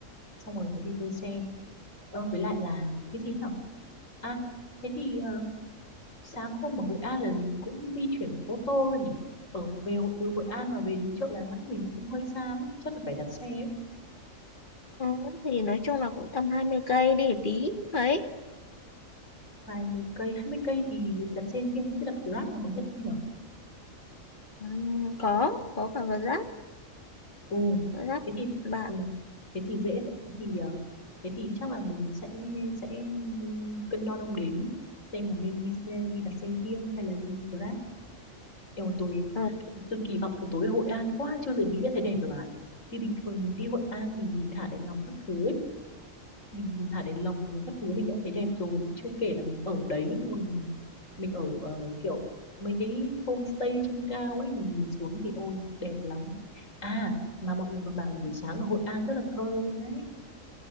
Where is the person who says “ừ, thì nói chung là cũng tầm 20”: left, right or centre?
Left